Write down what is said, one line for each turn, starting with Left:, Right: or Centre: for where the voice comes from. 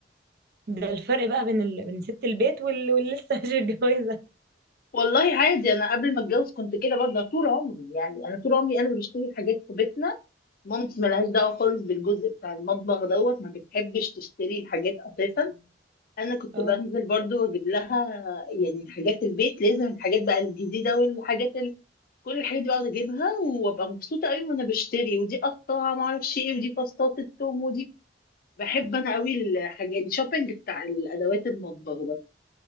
Right: ده الفرق بقى بين ال... بين ست البيت وال... واللي لسه <laughs> مش متجوزه
Left: والله عادي انا قبل ما اتجوز كنت كده برضه طول عمري يعني انا طول عمري انا اللي بشتري الحاجات في بيتنا مامتي ملهاش دعوه خالص بالجزء بتاع المطبخ دوت ما بتحبش تشتري الحاجات اساسا انا كنت
Right: اه
Left: بنزل برضه واجيب لها يعني حاجات البيت لازم الحاجات بقى الجديده والحاجات ال... كل الحاجات دي بقعد اجيبها وابقى مبسوطه قوي وانا بشتري ودي قطاعه ما اعرفش ايه ودي فاستات التوم ودي بحب انا قوي الحاجه الشوبينج بتاع الادوات المطبخ ده